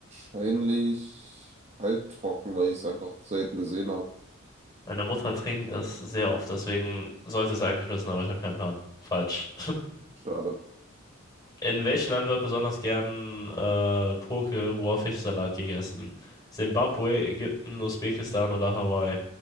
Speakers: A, on the right (about 30°); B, on the left (about 20°).
A: Wahrscheinlich halbtrocken, weil ich es einfach selten gesehen habe.
B: Meine Mutter trinkt das sehr oft, deswegen sollte ich es eigentlich wissen, aber ich habe keinen Plan. Falsch.
A: Schade.
B: In welchem Land wird besonders gern äh, Poke, roher Fischsalat gegessen? Simbabwe, Ägypten, Usbekistan oder Hawaii?